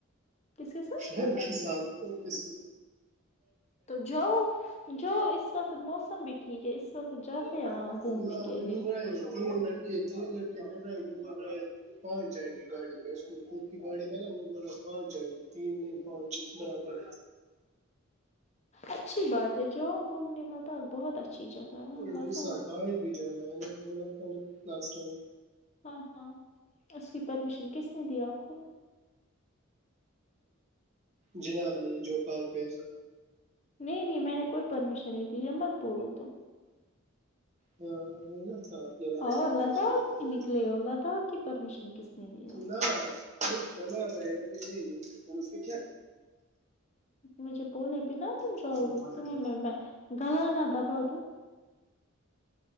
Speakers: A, on the left (about 30°); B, on the right (about 35°).
A: کس کے ساتھ
B: فرینڈ کے ساتھ اور کس
A: تو جو جو اس اس وقت موسم بھی ٹھیک ہے اس وقت جاتے
B: فی
A: ہیں
B: الحال
A: وہاں گھومنے کے
B: مل
A: لیے
B: رہے ہیں تین لڑکے تین لڑکے مل رہے وہ بول رہے پہنچ جائیں گے گاڑی میں اس کو خود کی گاڑی ہے نا وہ پانچ جائے گی تین نہیں پانچ برابر
A: اچھی بات ہے جاؤں گھومنے مداق بہت اچھی جگہ ہے وہاں
B: ہمم
A: مزہ
B: اس
A: ہے
B: سال باہر بھی جانا ہے بولا تھا نا لسٹ ٹائم
A: ہاں ہاں اس کی پرمیشن کس نے دیا آپ کو
B: جنا اپ نے جو کال پہ
A: نہیں نہیں میں نے کوئی پرمیشن نہیں دی مت بولو تم
B: ہاں بول تھا آپ نے لاسٹ
A: اور
B: ٹائم
A: لداخ
B: ریسٹورینٹ پہ
A: کی نکلے ہو لداخ کی پرمیشن کس نے دی آپ
B: نہ
A: کو
B: یہ بنا رہے ابھی نہیں نکلے کیا
A: مجھے بولے بنا تم جاؤ
B: ہمم
A: گے
B: پسند
A: تمہیں میں میں گلا نہ دبا دوں